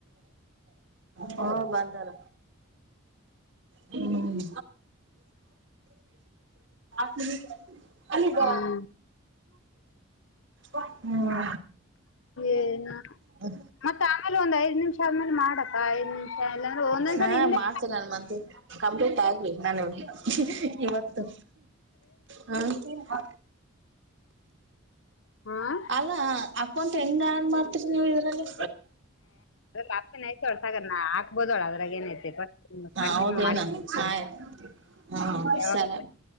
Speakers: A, on the right; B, on the left.
A: ಹ್ಮ ಬಂದರ ಹ್ಮ್ <inaudible> ಅಲ್ಲಿಗ
B: ಹ್ಮ್
A: ಹ್ಮ್
B: ಏನಾ...
A: ಹ್ಮ
B: ಮತ್ತ ಆಮೇಲೆ ಒಂದು ಐದ ನಿಮಿಷ ಆದ್ಮೇಲೆ ಮಾಡಕ್ಕಾ ಐದ ನಿಮಿಷ ಮ ಎಲ್ಲ್ರರು ಒಂದೊಂದ್ಸರಿ
A: ಹಾ
B: ಹಿಂದೆ
A: ಮಾಡ್ತೀನಿ ನನ್ ಮಂತ್ ಕಂಪ್ಲೀಟ್ ಆಗ್ಲಿ ನಾನು ಇವತ್ತು ಹ್ಮ
B: ಹಾ
A: ಅಲ್ಲ ಅಪ್ ಕವನ್ಟ್ ಹೆಂಗ ಏನ್ ಮಾಡ್ತರಿ ನೀವ್ ಇದ್ರಲ್ಲಿ
B: ಲಪ್ಸ ನ ಅರ್ಸನ್ನ ಆ <unintelligible> ೋದಳ ಅದ್ರಾಗ ಏನೈತೆ ಸ್ಟ್
A: ಹ
B: ಕಂಟಿನ್ಯೂ
A: ಹೌದೇನ
B: ಮಾಡಿ <unintelligible>
A: ಆಯ್ತು ಹಾ
B: ಯಾವಾಗ
A: ಸರಿ